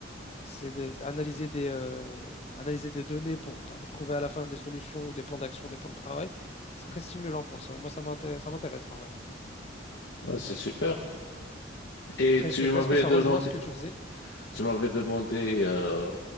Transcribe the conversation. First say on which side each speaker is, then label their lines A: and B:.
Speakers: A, on the left; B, on the left.
A: C'est de- c'est analyser des, euh, analyser des données pour, pour trouver à la fin des solutions ou des plans d'action, des plans de travail. C'est très stimulant pour le cerveau. Moi, ça m'intéresse, ça m'intéresse en vrai.
B: Ouais, c'est super. Et
A: Après,
B: tu
A: je sais pas,
B: m'avais
A: est-ce que ça
B: demandé.
A: rejoint ce que tu faisais?
B: Tu m'avais demandé euh,